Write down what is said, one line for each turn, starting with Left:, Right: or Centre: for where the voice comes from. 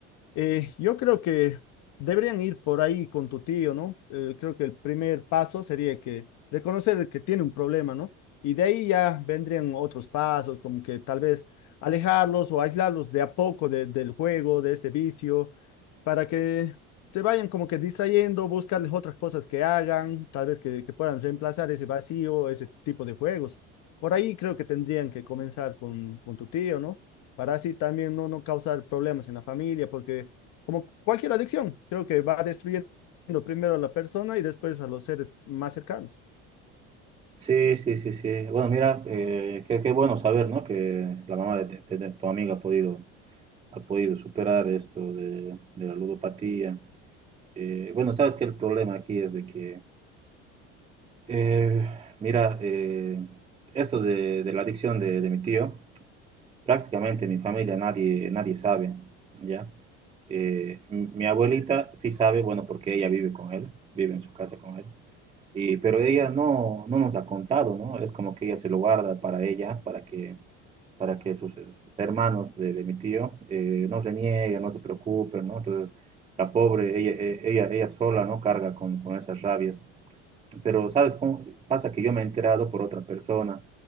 Left: Eh, yo creo que deberían ir por ahí con tu tío, ¿no? Eh, creo que el primer paso sería que reconocer que tiene un problema, ¿no? Y de ahí ya vendrían otros pasos, como que tal vez alejarlos o aislarlos de a poco de- del juego, de este vicio, para que se vayan como que distrayendo, buscarles otras cosas que hagan, tal vez que, que puedan reemplazar ese vacío, ese tipo de juegos. Por ahí creo que tendrían que comenzar con, con tu tío, ¿no? para así también no, no causar problemas en la familia, porque como cualquier adicción, creo que va destruyendo primero a la persona y después a los seres más cercanos.
Right: Sí, sí, sí, sí. Bueno, mira, eh, qué, qué bueno saber, ¿no? Que la mamá de, de- de tu amiga ha podido, ha podido superar esto de, de la ludopatía. Eh, bueno, sabes que el problema aquí es de que, eh, mira, eh, esto de, de la adicción de, de mi tío, Prácticamente mi familia nadie, nadie sabe, ¿ya? Eh, m- mi abuelita sí sabe, bueno, porque ella vive con él, vive en su casa con él, y, pero ella no, no nos ha contado, ¿no? Es como que ella se lo guarda para ella, para que, para que sus, sus hermanos de, de mi tío eh, no se nieguen, no se preocupen, ¿no? Entonces, la pobre, ella, e- ella, ella sola, ¿no? Carga con, con esas rabias pero ¿sabes cómo? Pasa que yo me he enterado por otra persona,